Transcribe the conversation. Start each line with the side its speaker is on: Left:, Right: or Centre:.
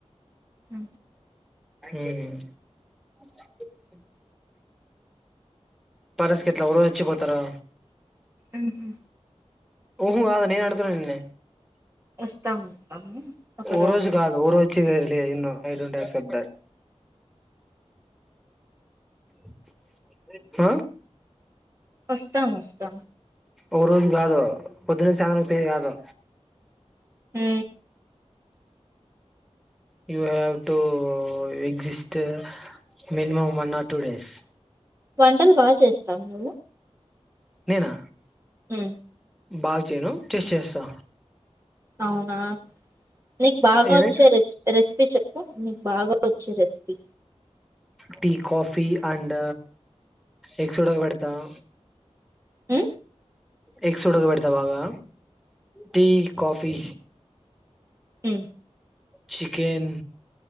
Right: అ
Centre: అ <unintelligible> పరస్క ఇట్లా ఒరోజు వచ్చిపోతారా.
Right: ఊ హా
Centre: ఊహ అద నేను అడుగుత నిన్న
Right: వస్తాము. ఒక
Centre: ఓ రోజు
Right: వస్
Centre: కాదు ఓ రోజు తెరు ఏ అయిండు నైట్ ఉండాలి సెప్తారు <unintelligible> హ
Right: వస్తాం వస్తాం
Centre: ఓ రోజు కాదు పొద్దునుంచి సాయంతి కాదు
Right: ఊ
Centre: you have to exist minimum one or two days.
Right: వంటలు బాగా చేస్తావు నువ్వు
Centre: నేనా
Right: మ్మ్.
Centre: బాగా చేయను టెస్ట్ చేస్తా
Right: అవునా నీకు బాగా
Centre: ఏమి
Right: వచ్చా రెస్ రెస్ పీ చెప్పు నీకు బాగా వచ్చు recipe
Centre: tea coffee and eggs ఉడకపెడతాం
Right: ఊ
Centre: ఎగ్స్ ఉడక పెడతా బాగా టీ, కాఫీ
Right: ఉ
Centre: చికెన్